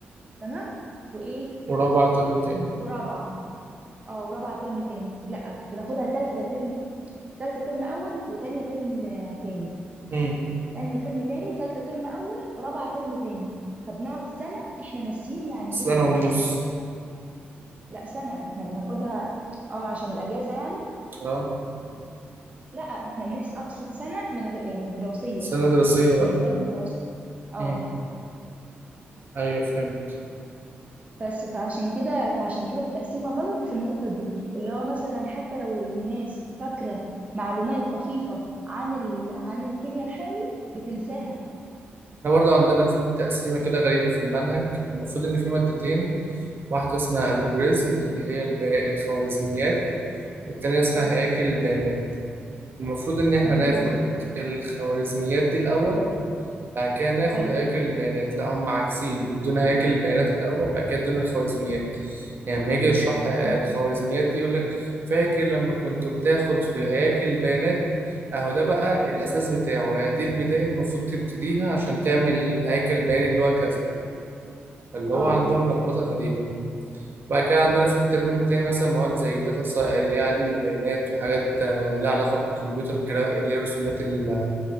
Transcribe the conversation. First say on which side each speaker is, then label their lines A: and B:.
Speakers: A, on the right (about 30°); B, on the right (about 50°).
A: تمام وإيه
B: ورابعه ترم تاني
A: ورابعة اه ورابعة ترم تاني لأ بناخدها تالتة ترم تالتة ترم أول وتانية ترم تاني
B: امم
A: تانية ترم تاني تالتة ترم أول رابعة ترم تاني فبنقعد سنة إحنا ناسيين يعني
B: سنه
A: إيه بايو
B: ونص
A: لا سنة ما احنا بناخدها اه عشان الأجازة يعني
B: اه
A: لا احنا بنحس أقصد سنة من غير يعني دراسية
B: سنه دراسيه بقى
A: بالنسبة لي الدراسة اه
B: مم. ايوه فهمت
A: بس فعشان كده فعشان كده التقسيمة غلط في النقطة دي اللي هو مثلا حتى لو الناس فاكرة معلومات طفيفة عن ال... عن الكيمياء الحيوي بتنساها
B: احنا برضه عندنا في تقسيمه كده غريبه في المنهج المفروض ان في مادتين واحده اسمها الجوريزم اللي هي الب- الخوارزميات والتانيه اسمها
A: اه
B: هياكل البيانات المفروض ان احنا
A: قافل
B: ناخد الخوارزميات دي الاول بعد كده ناخد
A: ايوه
B: هياكل البيانات لا هم عكسين بيدونا هياكل البيانات الأول بعد كده يدونا الخوارزميات يعني لما يجي يشرح الخوارزميات
A: اه
B: دي يقول لك فاكر لما كنت بتاخد في هياكل البيانات اهو ده بقى الأساس بتاعه يعني دي البداية المفروض تبتديها عشان تعمل هياكل بياني اللي هو كذا اللي هو
A: اه
B: عندهم لخبطة غريبة وبعد كده عندنا في الترم التاني مثلا مواد زي داتا سا- اللي هي علم البيانات وحاجات آه، لها علاقة بالكمبيوتر الجرا اللي هي الرسومات ال-